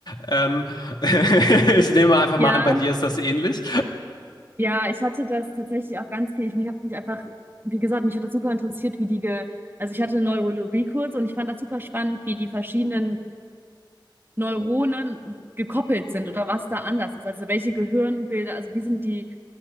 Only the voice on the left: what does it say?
Ähm, <laughs> ich nehme einfach
mal an, bei dir ist das ähnlich.